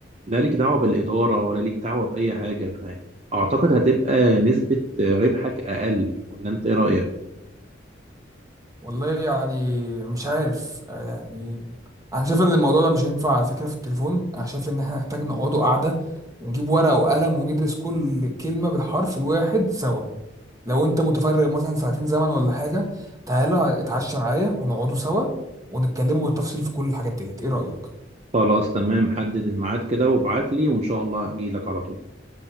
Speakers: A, on the right; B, on the right.
A: لا ليك دعوة بالإدارة ولا ليك دعوة بأي حاجة فأعتقد هتبقى نسبة ربحك أقل ولا أنت إيه رأيك؟
B: والله يعني مش عارف آه يعني انا شايف ان الموضوع ده مش هينفع على فكرة في التليفون انا شايف ان احنا نحتاج نقعدوا قعدة ونجيب ورقة وقلم وندرس كل كلمة بالحرف الواحد سوا لو انت متفرغ مثلا ساعتين زمن ولا حاجه تعالى اتعشى معايا ونقعدوا سوا ونتكلموا بالتفصيل في كل الحاجات ديت ايه رايك
A: خلاص تمام حدد الميعاد كده وابعت لي وإن شاء الله هجيلك على طول